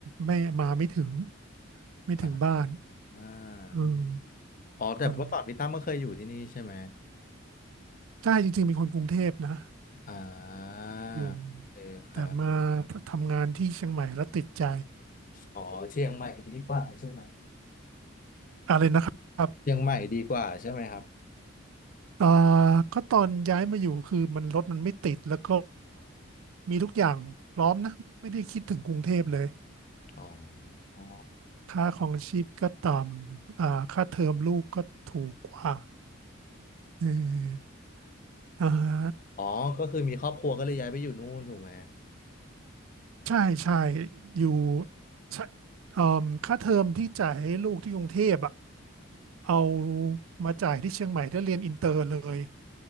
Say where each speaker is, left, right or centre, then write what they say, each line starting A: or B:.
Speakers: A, on the right; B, on the left.
A: ไม่มาไม่ถึง ไม่ถึงบ้าน
B: อ่าอ่า
A: เออ
B: อ๋อแต่เมื่อก่อนพี่ตั้มก็เคยอยู่ที่นี่ใช่ไหม
A: ตอนใช่จริงๆเป็นคนกรุงเทพนะ
B: อ่า
A: อยู่
B: โอเคครับ
A: แต่มาทำงานที่เชียงใหม่แล้วติดใจ
B: อ๋อเชียงใหม่ดีกว่าใช่ไหม
A: อะไรนะครับ
B: เชียงใหม่ดีกว่าใช่ไหมครับ
A: อ่าก็ตอนย้ายมาอยู่คือมันรถมันไม่ติด แล้วก็มีทุกอย่างพร้อมนะ ไม่ได้คิดถึงกรุงเทพเลย
B: อ๋ออ๋อ
A: ค่าของชีพก็ต่ำอ่าค่าเทอมลูกก็ถูกกว่าเอออ่าฮะ
B: อ๋อก็คือมีครอบครัวก็เลยย้ายไปอยู่นู่นถูกไหม
A: ใช่ใช่อยู่ใช่เอ่อค่าเทอมที่จ่ายให้ลูกที่กรุงเทพอ่ะเอามาจ่ายที่เชียงใหม่ได้เรียนอินเตอร์เลย